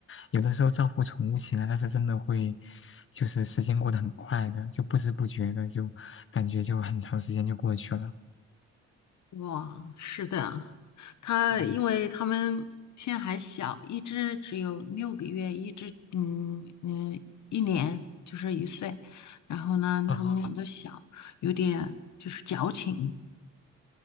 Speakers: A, on the left (about 45°); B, on the left (about 70°).
A: 有的时候照顾宠物起来，那是真的会，就是时间过得很快的，就不知不觉的就感觉就很长时间就过去了。
B: 哇，是的，他因为他们现在还小，
A: 嗯，
B: 一只只有六个月，一只嗯嗯就是一岁，然后呢，
A: 哦，
B: 他们俩都小，有点就是矫情，